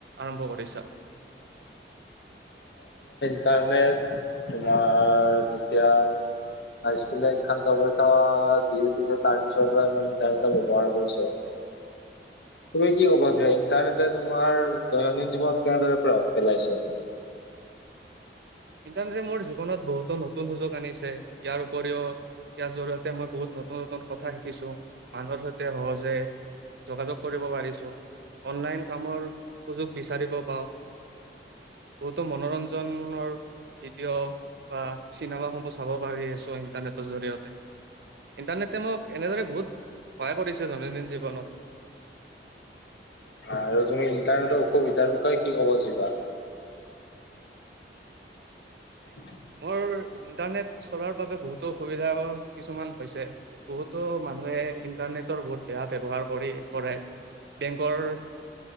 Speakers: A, on the right; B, on the left.
A: আৰম্ভ কৰিছা
B: তাৰণে তোমাৰ যেতিয়া হাই স্কুল শ্ষান্ত পৰীক্ষা দি উঠিছো তাৰ পিছৰ মই ইন্টাৰনেটৰ ব্যৱহাৰ কৰিছো
A: উ
B: তুমি কি ক'ব যো ইণ্টাৰনেট তোমাৰ দৈনন্দিন জীৱনত কেনেদৰে প্ৰভাৱ পেলাইছে
A: ইণ্টাৰনেটে মোৰ জীৱনত বহুতো নতুন সুযোগ আনিছে ইয়াৰ উপৰিও ইয়াৰ জৰিয়তে মই বহুত নতুন নতুন কথা শিকিছো মানুহৰ সৈতে সহজে যোগাযোগ কৰিব পাৰিছো অনলাইন কামৰ সুযোগ বিচাৰিব পাওঁ বহুতো মনোৰঞ্জনৰ ভিডিঅ' বা চিনেমা সমূহ চাব পাৰি আছো ইণ্টাৰনেটৰ জৰিয়তে ইণ্টাৰনেটে মোক এনেদৰে বহুত সহায় কৰিছে দৈনন্দিন জীৱনত <unintelligible>
B: আৰু তুমি ইন্টাৰনেটৰ অসুবিধাৰ বিষয়ে কি কব যিবা <unintelligible>
A: মোৰ ইন্টাৰনেট চলোৱাৰ বাবে বহুতো অসুবিধা কিছুমান হৈছে বহুতো মানুহে ইটাৰনেটৰ বহুত বেয়া ব্য্ৱহাৰ কৰি কৰে বেংকৰ